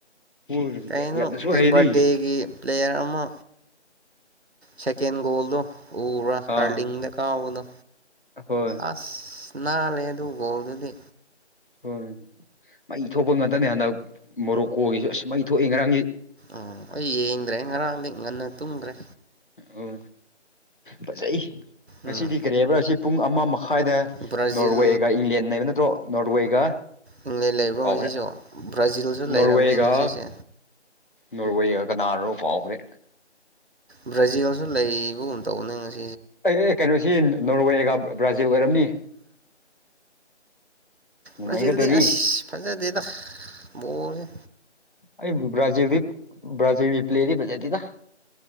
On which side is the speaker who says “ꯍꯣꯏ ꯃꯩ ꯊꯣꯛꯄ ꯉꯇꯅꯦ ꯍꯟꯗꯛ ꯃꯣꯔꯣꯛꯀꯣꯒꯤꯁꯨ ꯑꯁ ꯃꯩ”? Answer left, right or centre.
Left